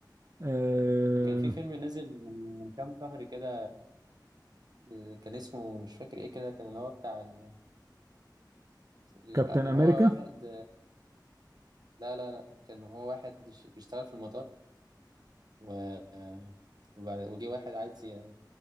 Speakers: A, on the right; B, on the right.
A: آه.
B: كان في فيلم نزل من كام شهر كده ب- كان اسمه مش فاكر ايه كده كان اللي هو بتاع ال- اللي
A: كابتن امريكا
B: هو واحد لا لا لا كان هو واحد بيش- بيشتغل في المطار و وبعد- وجه واحد عايز ي-